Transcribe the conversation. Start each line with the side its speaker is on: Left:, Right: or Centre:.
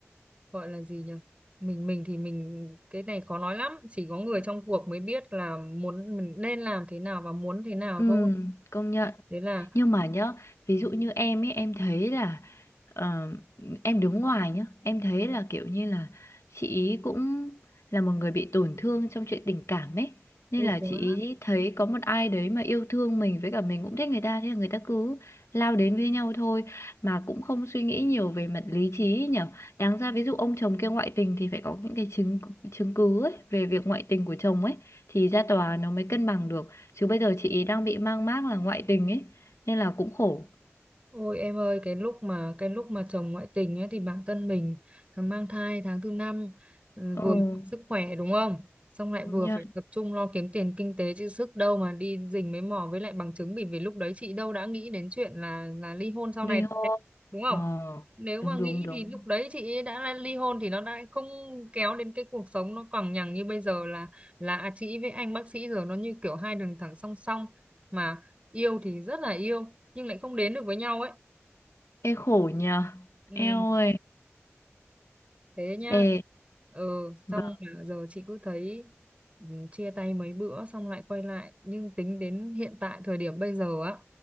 Right: gọi là gì nhỉ mình mình thì mình cái này khó nói lắm chỉ có người trong cuộc mới biết là muốn mình nên làm thế nào và muốn thế nào
Left: Ừ,
Right: thôi
Left: công nhận.
Right: thế là
Left: nhưng mà nhá ví dụ như em ấy em thấy là ờ, em đứng ngoài nhá em thấy là kiểu như là chị ý cũng là một người bị tổn thương trong chuyện tình cảm ấy nên
Right: Ôi
Left: là
Right: quá.
Left: chị ý thấy có một ai đấy mà yêu thương mình với cả mình cũng thích người ta thế là người ta cứ lao đến với nhau thôi mà cũng không suy nghĩ nhiều về mặt lý trí ấy nhở đáng ra ví dụ ông chồng kia ngoại tình thì phải có những cái chứng chứng cứ ấy về việc ngoại tình của chồng ấy thì ra tòa nó mới cân bằng được chứ bây giờ chị ý đang bị mang mác là ngoại tình ấy nên là cũng khổ
Right: Ôi em ơi, cái lúc mà cái lúc mà chồng ngoại tình ấy thì bản thân mình ờ, mang thai tháng thứ năm ừ,
Left: ừ
Right: vừa sức khỏe đúng không? Xong lại
Left: công
Right: vừa
Left: nhận
Right: phải tập trung lo kiếm tiền kinh tế chứ sức đâu mà đi rình mấy mò với lại bằng chứng bởi vì lúc đấy chị đâu đã nghĩ đến chuyện là là ly hôn sau
Left: ly
Right: này đâu
Left: hôn
Right: đấy, đúng không?
Left: ờ
Right: Nếu mà
Left: đúng
Right: nghĩ
Left: đúng đúng
Right: thì lúc đấy chị ấy đã ly hôn thì nó đã không kéo đến cái cuộc sống nó còng nhằng như bây giờ là là à, chị với anh bác sĩ giờ nó như kiểu hai đường thẳng song song mà yêu thì rất là yêu nhưng lại không đến được với nhau ấy
Left: ê khổ nhờ
Right: ừ,
Left: eo ơi
Right: thế nhá
Left: ê
Right: ừ
Left: vâng
Right: xong là giờ chị cứ thấy ừ, chia tay mấy bữa xong lại quay lại nhưng tính đến hiện tại thời điểm bây giờ á